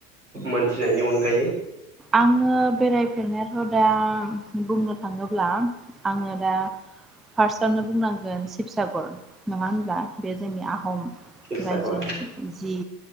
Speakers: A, on the right (about 85°); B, in the centre.
A: मोनथिनायनि अनगायै।
B: आङो बेरायफेरनायाथ' दा। बुंनो थाङोब्ला। आङो दा फार्स्टआवनो। बुंनांगोन शिबसागर नङा होनब्ला। बे जोंनि आहम
A: फिसाखौ
B: रायजोनि
A: औ
B: जि